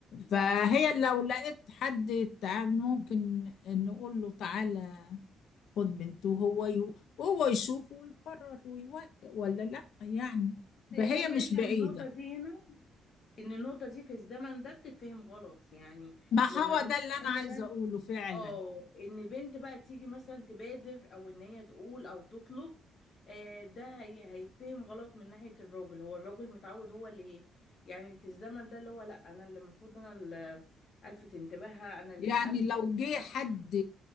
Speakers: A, on the left; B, on the left.
A: صح
B: فهي لو لقيت حد تعال ممكن نقول له تعالى خد بنته وهو ي... وهو يشوف ويقرر ويوافق ولا لا يعني
A: إيه،
B: فهي
A: خلي
B: مش
A: بالك بقى
B: بعيدة
A: من النقطة دي هنا إن النقطة دي في الزمن ده بتتفهم غلط يعني
B: ما
A: لما
B: هو
A: بنت
B: ده اللي أنا
A: مثلا
B: عايزة أقوله فعلا
A: اه ان بنت بقى تيجي مثلا تبادر او ان هي تقول او تطلب آه، ده هي هيتفهم غلط من ناحية الراجل هو الراجل متعود هو اللي يعني في الزمن ده اللي هو لا انا اللي المفروض انا اللي الفت انتباهها انا اللي
B: يعني
A: اتقدم
B: لو جه
A: لا
B: حد
A: هو